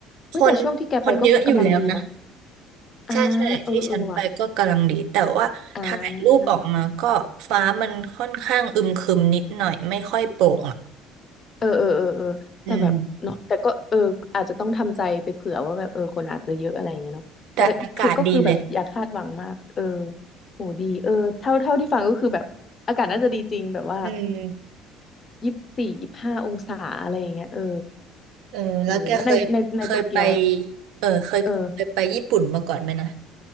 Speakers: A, on the left; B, on the right.
A: เฮ้ยแต่ช่วงที่แกไปก็กำลังดีนะ
B: คนคนเยอะอยู่แล้วนะ
A: อ่าเออเออว่ะ
B: ใช่ใช่ที่ฉันไปก็กำลังดีแต่ว่าถ่ายรูปออกมาก็ฟ้ามันค่อนข้างอึมครึมนิดหน่อยไม่ค่อยโปร่งอ่ะ
A: อ่าเออเออเออเออแต่แบบเนาะแต่ก็เอออาจจะต้องทำใจไปเผื่อว่าแบบเออคนอาจจะเยอะอะไรอย่างเงี้ยเนาะจะได้คือก็คือแบบอย่าคาดหวังมากเออ
B: อืมแต่อากาศดีเลย
A: โหดีเออเท่าเท่าที่ฟังก็คือแบบอากาศน่าจะดีจริงแบบว่า
B: อืม
A: ยี่สิบสี่ยี่สิบห้าองศาอะไรอย่างเงี้ยเออ
B: เออแล้วแกเคยเคยไป
A: เออแล้วในในในโตเกียว
B: เออเคยเคยไปญี่ปุ่นมาก่อนไหมนะ
A: เออ